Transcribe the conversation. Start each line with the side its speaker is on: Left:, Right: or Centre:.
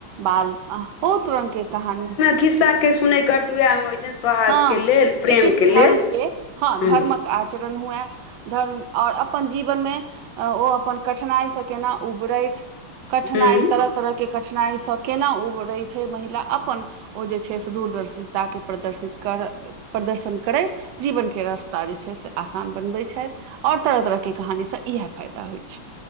Right: बाल बहुत रंगके कहानी
Left: खिस्सा के सुनै करते उएहमे होइत छ सोहाग
Right: हँ
Left: के लेल प्रेमके
Right: जे किछु धर्मके
Left: लेल
Right: हँ धर्मक
Left: हूँ
Right: आचरण हुए धर्म और अप अपन जीवन मे ओ अपन कठिनाई से केना उबरैत कठिनाई
Left: हुँ
Right: तरह तरह के के कठिनाई सँ केना उबरै छै महिला अपन ओ जे छै से दूरदर्शिता के प्रदर्शित कर प्रदर्शन करै जीवन के रास्ता जे छै से आसान बनबै छै ओर तरह तरह के कहानी सँ इएह फायदा होई छै